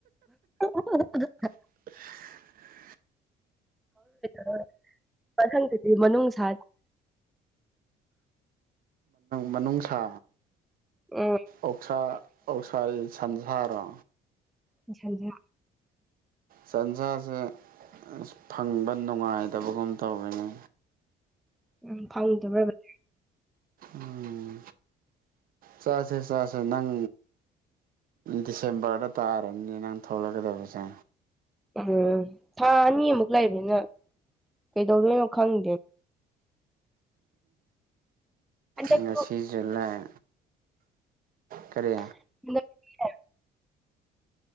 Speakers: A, in the centre; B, on the right.
A: ꯑꯣ
B: <unintelligible>
A: ꯔ ꯃꯊꯪꯗꯗꯤ ꯃꯅꯨꯡ ꯁꯥ
B: ꯃꯅꯨꯡꯁꯥ
A: ꯎꯝ
B: ꯑꯣꯛꯁꯥ ꯑꯣꯀꯁꯥ ꯁꯟꯁꯥꯔꯣ
A: ꯉꯁꯥꯏꯖꯦ
B: ꯁꯟꯁꯥꯁꯦ ꯑ ꯐꯪꯕ ꯅꯨꯡꯉꯥꯏꯗꯕꯒꯨꯝ ꯇꯧꯔꯤꯅꯤ
A: ꯎꯝ ꯐꯪꯗꯕ꯭ꯔꯕ꯭ꯔꯥ
B: ꯎꯝ ꯆꯁꯦ ꯆꯁꯦ ꯅꯪ ꯗꯤꯁꯦꯝꯕꯔꯗ ꯇꯥꯔꯅꯤꯅꯦ ꯅꯪ ꯊꯣꯛꯂꯛꯀꯗꯕꯁꯦ
A: ꯎꯝ ꯊꯥ ꯑꯅꯤꯃꯨꯛ ꯂꯩꯕꯅꯤꯅ ꯀꯩꯗꯧꯗꯣꯏꯅꯣ ꯈꯪꯗꯦ ꯍꯟꯗꯛꯁꯨ
B: ꯎ ꯑꯁꯤ ꯖꯨꯂꯥꯏ ꯀꯔꯤ
A: ꯍ